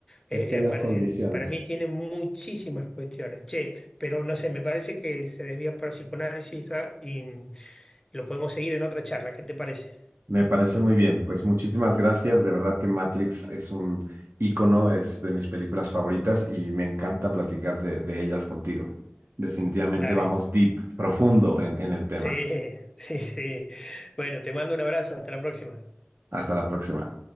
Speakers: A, on the left (about 15°); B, on the right (about 60°).
A: Eh,
B: estén
A: eh,
B: las
A: para,
B: condiciones.
A: eh, para mí tiene muchísimas cuestiones. Che, pero no sé, me parece que se desvía para el psicoanálisis ah, y mm, lo podemos seguir en otra charla, ¿qué te parece?
B: Me parece muy bien. Pues muchísimas gracias. De verdad que Matrix es un ícono, es de mis películas favoritas y me encanta platicar de, de ellas contigo. Definitivamente
A: Dale.
B: vamos deep, profundo en en el tema.
A: Sí, <laughs> sí, sí. Bueno, te mando un abrazo, hasta la próxima.
B: Hasta la próxima.